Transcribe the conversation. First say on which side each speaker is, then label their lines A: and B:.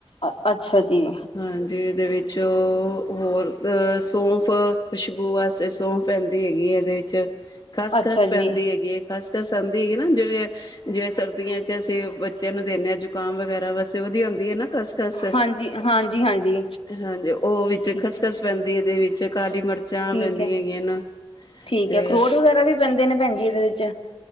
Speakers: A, on the left; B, on the left.
A: ਅ ਅੱਛਾ ਜੀ
B: ਹਾਂਜੀ ਉਹਦੇ ਵਿੱਚ ਹੋਰ ਸੌਫ ਖੁਸ਼ਬੂ ਆਸ ਫਿਰ ਸੌਫ ਪੈਂਦੀ ਹੈਗੀ ਹੈ ਇਹਦੇ ਵਿੱਚ ਖਸ
A: ਅੱਛਾ
B: ਖਸ
A: ਜੀ,
B: ਪੈਂਦੀ ਹੈਗੀ ਹੈ। ਖਸ ਖਸ ਆਂਦੀ ਹੈਗੀ ਨਾ ਜਿਹੜੇ ਜਿਵੇਂ ਸਰਦੀਆਂ ਚ ਅਸੀਂ ਬੱਚਿਆਂ ਨੂੰ ਦਿੰਦੇ ਹਾਂ ਜ਼ੁਕਾਮ ਵਗੈਰਾ ਵਸੇ ਉਹਦੀ ਆਉਂਦੀ ਹੈ ਨਾ ਕਸ ਖਸ
A: ਹਾਂਜੀ, ਹਾਂਜੀ, ਹਾਂਜੀ।
B: ਹਾਂਜੀ ਉਹ ਵਿੱਚ
A: ਠੀ
B: ਖਸ ਖਸ ਪੈਂਦੀ ਇਹਦੇ ਵਿੱਚ ਕਾਲੀ ਮਿਰਚਾਂ
A: ਠੀਕ
B: ਪੈਂਦੀਆਂ
A: ਐ,
B: ਹੈਗੀਆਂ ਨਾ
A: ਠੀਕ
B: ਤੇ
A: ਐ, ਅਖਰੋਟ ਵਗੈਰਾ ਵੀ ਪੈਂਦੇ ਨੇ ਭੈਣ ਜੀ ਇਹਦੇ ਵਿੱਚ।